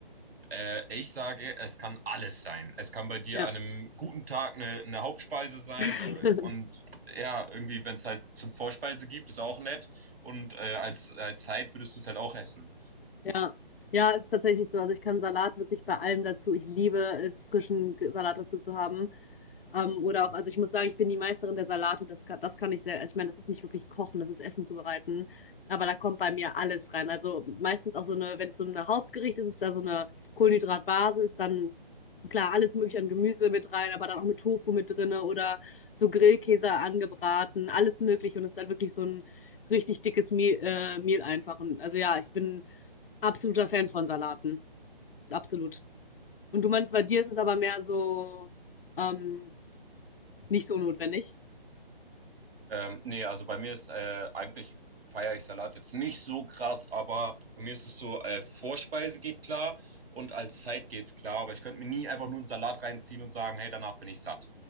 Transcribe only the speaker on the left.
Ja.
<laughs>
Ja, ja, ist tatsächlich so. Also ich kann Salat wirklich bei allem dazu. Ich liebe es, frischen G- Salat dazu zu haben. Ähm, oder auch, also ich muss sagen, ich bin die Meisterin der Salate. Das kann, das kann ich sehr, ich meine, das ist nicht wirklich kochen, das ist Essen zubereiten. Aber da kommt bei mir alles rein. Also meistens auch so eine, wenn es so ein Hauptgericht ist, ist da so eine Kohlenhydratbasis, dann klar, alles mögliche an Gemüse mit rein, aber dann auch mit Tofu mit drinne oder so Grillkäse angebraten, alles mögliche. Und es ist dann wirklich so ein richtig dickes Mehl, äh, Mehl einfach. Und also ja, ich bin absoluter Fan von Salaten. Absolut. Und du meinst, bei dir ist es aber mehr so ähm, nicht so notwendig.